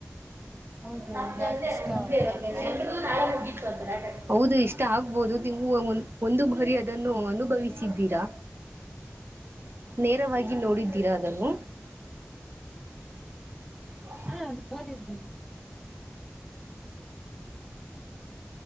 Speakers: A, in the centre; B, on the right.
A: ಹೌದು
B: ನ ಮ
A: ಯಾಕೆ ಇಷ್ಟ ಆಗ್ಬಾರ್ದಾ
B: ಇ <inaudible> ಹೌದು ಇಷ್ಟ ಆಗ್ಬಹುದು ಒಂದು <unintelligible> ಬಾರಿ ಅದನ್ನು ಅನುಭವಿಸಿ ಸಿದ್ದಿರಾ ನೇರವಾಗಿ ನೋಡಿದ್ದೀರಾ ಅದನ್ನು ಹ <inaudible>
A: ಹಾ ಓದಿದ್ವಿ